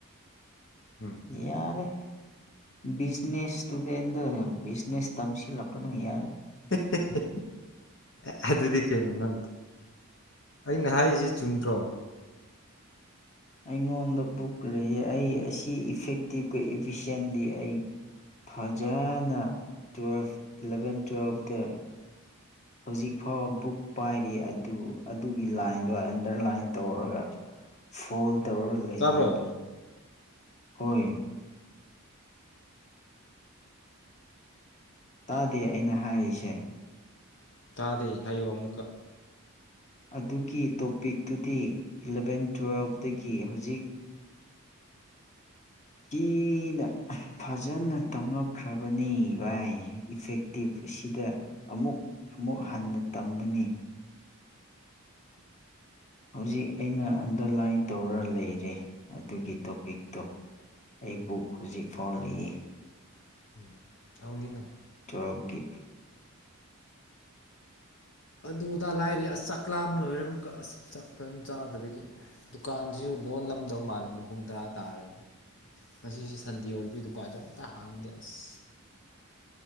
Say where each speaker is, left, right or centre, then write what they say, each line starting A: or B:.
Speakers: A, on the left; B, on the left.
A: ꯎꯝ
B: ꯌꯥꯔꯦ ꯕꯤꯖꯤꯅꯦꯁ ꯏꯁꯇꯨꯗꯦꯟꯗꯣ ꯕꯤꯖꯤꯅꯦꯁ ꯇꯝꯁꯤꯜꯂꯛꯀꯅꯨ ꯌꯥꯔꯦ
A: ꯍꯦ ꯍꯦ ꯍꯦ ꯑꯦ ꯑꯗꯨꯗꯤ ꯀꯩꯅꯣ ꯅꯪ ꯑꯩꯅ ꯍꯥꯏꯔꯤꯁꯤ ꯆꯨꯝꯗ꯭ꯔꯣ
B: ꯑꯩꯉꯣꯟꯗ ꯕꯨꯛ ꯂꯩꯌꯦ ꯑꯩ ꯀꯤ ꯏꯐꯦꯛꯇꯤꯞꯀ ꯏꯕꯤꯁꯦꯟꯗꯤ ꯑꯩ ꯐꯖꯅ ꯇꯨꯋꯐ ꯏꯂꯚꯦꯟ ꯇꯨꯋꯦꯜꯐꯇ ꯍꯧꯖꯤꯛ ꯐꯥꯎꯕ ꯕꯨꯛ ꯄꯥꯏꯔꯤ ꯑꯗꯨ ꯑꯗꯨꯒꯤ ꯂꯥꯏꯟꯗꯣ ꯑꯟꯗꯔꯂꯥꯏꯟ ꯇꯧꯔꯒ ꯐꯣꯜ ꯇꯧꯔꯒ ꯂꯩꯔꯦ
A: ꯇꯥꯕ꯭ꯔꯣ
B: ꯑꯗꯣ ꯍꯣꯏꯌꯦ ꯇꯥꯗꯦ ꯑꯩꯅ ꯍꯥꯏꯔꯤꯁꯦ
A: ꯇꯥꯗꯦ ꯍꯥꯏꯌꯣ ꯑꯃꯨꯛꯀ
B: ꯑꯗꯨꯒꯤ ꯇꯣꯄꯤꯛꯇꯨꯗꯤ ꯏꯂꯚꯦꯟ ꯇꯨꯋꯦꯜꯐꯇꯒꯤ ꯍꯧꯖꯤꯛ ꯀꯤꯅ ꯐꯖꯅ ꯇꯝꯂꯛꯈ꯭ꯔꯕꯅꯤ ꯚꯥꯏ ꯏꯐꯦꯛꯇꯤꯞ ꯑꯁꯤꯗ ꯑꯃꯨꯛ ꯑꯃꯨꯛ ꯍꯟꯅ ꯇꯝꯕꯅꯤ ꯍꯧꯖꯤꯛ ꯑꯩꯅ ꯑꯟꯗꯔꯂꯥꯏꯟ ꯇꯧꯔ ꯂꯩꯔꯦ ꯑꯗꯨꯒꯤ ꯇꯣꯄꯤꯛꯇꯣ ꯑꯩꯕꯨꯛ
A: ꯎꯝ
B: ꯍꯧꯖꯤꯛ ꯐꯥꯎ ꯂꯩꯌꯦ
A: ꯎꯝ ꯇꯧꯅꯤ ꯅ <inaudible>
B: ꯇꯨꯋꯦꯐꯒꯤ
A: ꯑꯗꯨꯗꯥ ꯂꯥꯏꯔꯦ ꯑꯁ ꯆꯥꯛꯂꯥꯝꯕꯅ ꯂꯣꯢꯔꯦ ꯑꯃꯨꯛꯀ ꯑꯁ ꯆꯥꯛ ꯐꯖꯅ ꯆꯥꯗꯕꯒꯤ ꯗꯨꯀꯥꯟꯁꯤꯁꯨ ꯂꯣꯟꯂꯝꯗꯧ ꯃꯥꯜꯂꯤꯦꯅꯦ ꯄꯨꯡ ꯇꯔꯥ ꯇꯥꯔꯦꯅꯦ ꯉꯁꯤꯁꯨ ꯁꯟꯗꯦ ꯑꯣꯏꯕ ꯗꯨꯀꯥꯟꯁꯨ ꯑꯝꯇ ꯍꯥꯡꯗꯦ ꯑꯁ